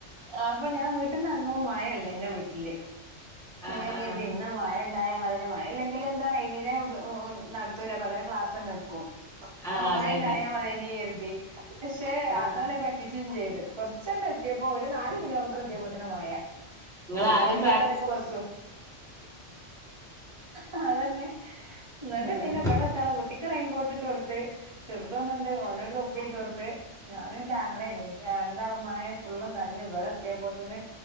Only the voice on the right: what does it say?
അപ്പൊ ഞാൻ വീട്ടിന്ന് എറങ്ങുമ്പോ മഴല്ല ഇന്റെ വീട്ടില് അപ്പൊ
ഞാൻ കരുതി
ഇന്ന് മഴ ണ്ടായ മതിനി മഴ ല്ലെങ്കില് എന്താ റൈനീഡേ ഉപ നട ത്തൂല പകരം ക്ലാസ്സന്നെ എടുക്കും
അഹ് മയണ്ടായാ
മതിനി കരുതി പക്ഷെ
അതാണേ പറ്റിച്ചും ചെയ്ത് കൊറച്ചെങ്ങട്ട് എത്തിയപ്പോ ഒരു നാല് കിലോമീറ്റർ എത്തിയപ്പോത്തിന് മഴ
കുട്ടിക്കാണെങ്കി
എട്ടരക്ക് ബസ്സും ആഹ് അതന്നെ
ന്നട്ട് പിന്നെ ഇവടെ ത്ത്ള്ള കുട്ടിക്ക് റെയിൻകോട്ടിട്ട് കൊടുത്ത് ചെറുതൊന്നുണ്ട് ഓനോര് തൊപ്പിട്ട് കൊടുത്ത് ഞാനും ന്റെ ആങ്ങളേനി രാ ണ്ടാളും മഴ ഫുള്ളും നനഞ് ഇവടെത്തിയപ്പോത്തിന്